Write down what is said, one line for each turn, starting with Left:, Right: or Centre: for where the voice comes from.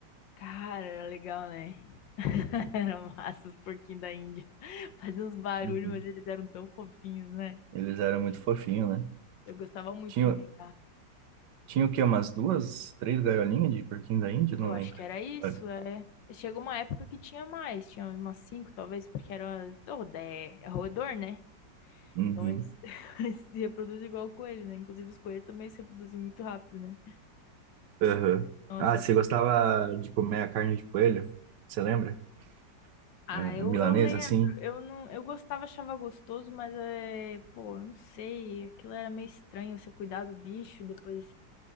Left: Cara, era legal, né? <laughs> Era massa os porquinhos da Índia. <laughs> Faziam uns barulhos,
Right: Uhum.
Left: mas eles eram tão fofinhos, né?
Right: Eles eram muito fofinhos, né?
Left: Eu gostava muito
Right: Tinha,
Left: de brincar.
Right: tinha o quê? Umas duas, três gaiolinhas de porquinho da Índia? Não
Left: Eu acho
Right: lembro.
Left: que era isso,
Right: Olha.
Left: é. Chegou uma época que tinha mais, tinha umas cinco, talvez, porque era rodé, é roedor, né?
Right: Uhum.
Left: Então eles <laughs> se reproduzem igual o coelho, né? Inclusive os coelhos também se reproduziam muito rápido, né?
Right: Aham.
Left: Nossa,
Right: Ah, você gostava de comer a carne de coelho? Você lembra?
Left: Ah,
Right: A
Left: eu,
Right: a milanesa,
Left: eu lembro,
Right: assim?
Left: eu não, eu gostava, achava gostoso, mas é, pô, eu não sei, aquilo era meio estranho, você cuidar do bicho e depois